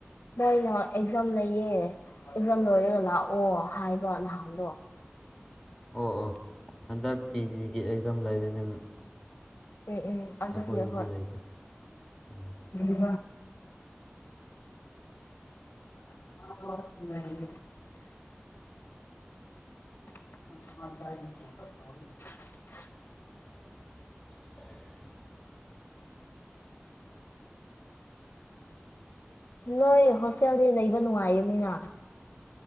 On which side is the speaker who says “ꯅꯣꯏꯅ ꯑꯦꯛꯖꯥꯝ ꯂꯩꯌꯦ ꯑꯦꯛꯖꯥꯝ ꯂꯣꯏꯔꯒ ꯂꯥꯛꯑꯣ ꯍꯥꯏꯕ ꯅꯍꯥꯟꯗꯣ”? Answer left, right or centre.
Left